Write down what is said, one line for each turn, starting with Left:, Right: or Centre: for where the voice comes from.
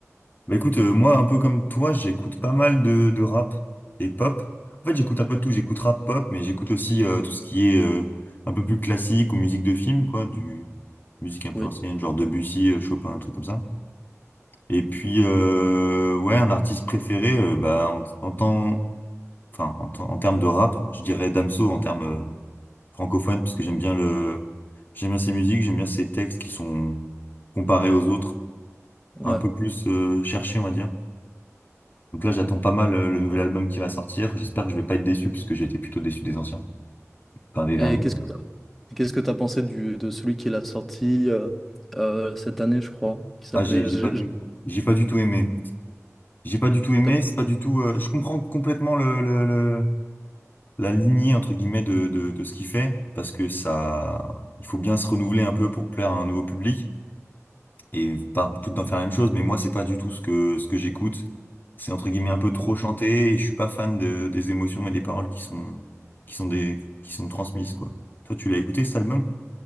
Left: Bah écoute, euh, moi, un peu comme toi, j'écoute pas mal de, de rap et pop. En fait, j'écoute un peu de tout. J'écoute rap, pop, mais j'écoute aussi euh, tout ce qui est euh, un peu plus classique ou musique de film, quoi, du musique un peu
Centre: Oui.
Left: ancienne, genre Debussy, euh, Chopin, un truc comme ça. Et puis, euh, ouais, un artiste préféré, euh, bah en, en temps, enfin, en, temps- en termes de rap, je dirais Damso en termes euh, francophones, parce que j'aime bien le, j'aime bien ses musiques, j'aime bien ses textes qui sont comparés aux autres.
Centre: Ouais.
Left: un peu plus euh, cherché, on va dire. Donc là, j'attends pas mal euh, le nouvel album qui va sortir. J'espère que je vais pas être déçu parce que j'ai été plutôt déçu des anciens, enfin des
Centre: Et
Left: derniers.
Centre: qu'est-ce que tu Et Qu'est-ce que tu as pensé du, de celui qui l'a sorti euh, euh, cette année, je crois, qui s'appelait...
Left: Ah, j'ai j'ai
Centre: je-
Left: pas du
Centre: je-
Left: j'ai pas du tout aimé. J'ai pas du tout aimé.
Centre: t'as-
Left: C'est pas du tout. euh, je comprends complètement le, le, le- la lignée entre guillemets de, de de ce qu'il fait parce que ça, il faut bien se renouveler un peu pour plaire à un nouveau public. et pas tout le temps faire la même chose, mais moi, c'est pas du tout ce que, ce que j'écoute. C'est entre guillemets un peu trop chanté et je suis pas fan de, des émotions et des paroles qui sont, qui sont des, qui sont transmises, quoi. Toi, tu l'as écouté cet album?